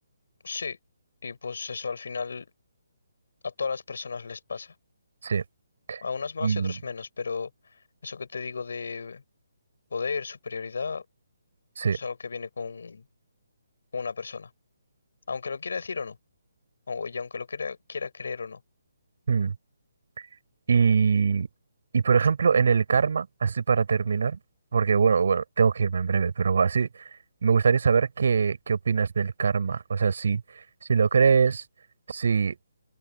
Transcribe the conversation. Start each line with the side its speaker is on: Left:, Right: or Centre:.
Left: sí. Y pues eso al final a todas las personas les pasa.
Right: Sí.
Left: A unas más
Right: Y-
Left: y otros menos, pero eso que te digo de poder, superioridad,
Right: Sí.
Left: es algo que viene con, con una persona. Aunque lo quiera decir o no, o- y aunque lo quiera, quiera creer o no.
Right: Mm. Y, y por ejemplo, en el karma, así para terminar, porque bueno, bueno, tengo que irme en breve, pero así me gustaría saber qué, qué opinas del karma. O sea, si, si lo crees. si